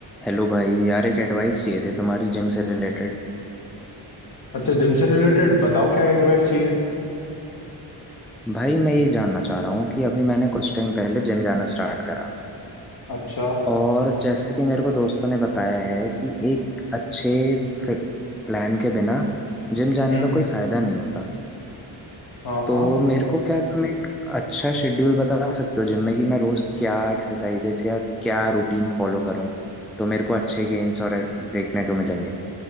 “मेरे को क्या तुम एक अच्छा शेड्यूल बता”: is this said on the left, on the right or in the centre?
Centre